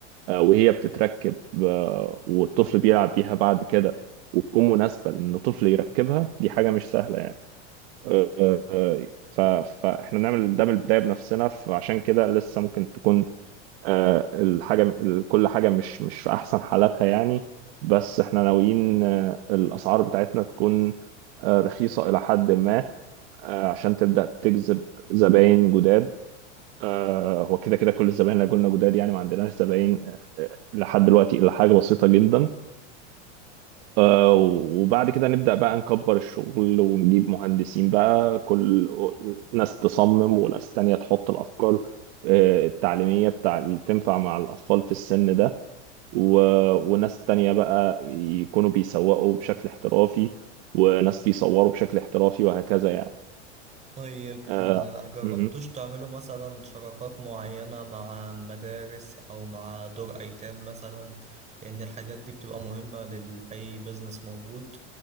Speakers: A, on the right; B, on the right.
A: آه، وهي بتتركب آه، والطفل بيلعب بيها بعد كده وتكون مناسبة لأنه طفل يركبها دي حاجة مش سهلة يعني آه، آه، آه، ف- فإحنا نعمل ده من البداية بنفسنا فعشان كده لسه ممكن تكون آه، الحاجة ال- كل حاجة مش مش في أحسن حالاتها يعني بس احنا ناويين آه، الأسعار بتاعتنا تكون آه، رخيصة إلى حد ما آه، عشان تبدأ تجذب زباين جداد آه، هو كده كده كل الزباين اللي قلنا جداد يعني ما عندناش زباين لحد دلوقتي إلا حاجة بسيطة جدا آه، وبعد كده نبدأ بقى نكبر الشغل ونجيب مهندسين بقى كل ناس تصمم وناس تانية تحط الأفكار آه، التعليمية بتاع اللي تنفع مع الأطفال في السن ده و... وناس تانية بقى يكونوا بيسوقوا بشكل احترافي وناس بيصوروا بشكل احترافي وهكذا يعني
B: طيب
A: آه
B: ما جربتوش
A: مهم.
B: تعملوا مثلا شراكات معينة مع مدارس أو مع دور أيتام مثلا لأن الحاجات دي بتبقى مهمة لأي بيزنس موجود